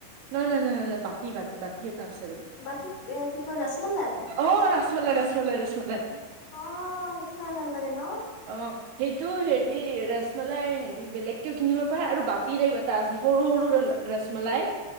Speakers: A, on the right; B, on the left.
A: ন ন ন ন ন বাটতি বাতি বতি আছে ৰব
B: বা কি কয় ৰসমলাই
A: অ ৰাকমলাই ৰাচমলাই ৰাচমলাই।
B: অ সেইটো খাই ভাল লাগে ন।
A: অ সেইটো হেৰি ৰমলাই হেৰি বেলেগকে কিনিব পাৰে আৰু বাতি টাইপ এটা আছে সৰু সৰু ৰসমলাই